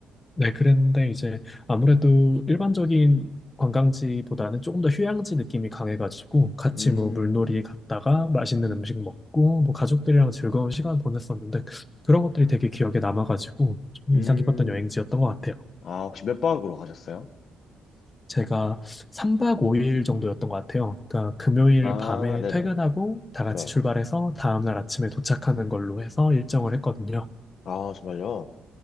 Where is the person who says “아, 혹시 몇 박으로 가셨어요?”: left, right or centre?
Left